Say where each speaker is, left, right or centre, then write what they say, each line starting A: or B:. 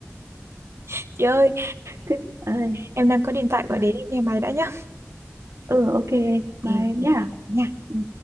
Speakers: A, on the right; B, on the right.
A: <laughs> chị ơi
B: cứ ơi
A: em đang có điện thoại
B: à,
A: gọi đến em nghe máy đã nhá
B: ừ ok em, bye
A: ok ok
B: em nhá
A: nha
B: ừ.